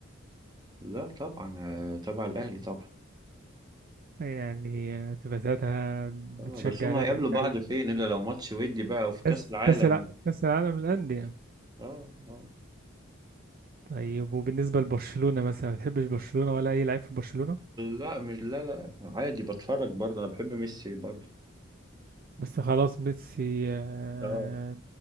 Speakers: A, on the right; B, on the right.
A: لا طبعا آه، تبع الأهلي طبعا
B: يعني آه، تبقى ساعتها بتشجع
A: آه بس هما
B: الاهلي
A: هيقابلوا بعض
B: من قلبك.
A: فين إلا لو ماتش ودي بقى وفي كأس
B: كاس
A: العالم
B: كاس الع- كاس العالم للانديه
A: آه آه
B: طيب وبالنسبة لبرشلونة مثلا ما بتحبش برشلونة ولا أي لعيب في برشلونة
A: لا مش لا لا عادي بتفرج برضه أنا بحب ميسي برضه
B: بس خلاص ميسي آه،
A: آه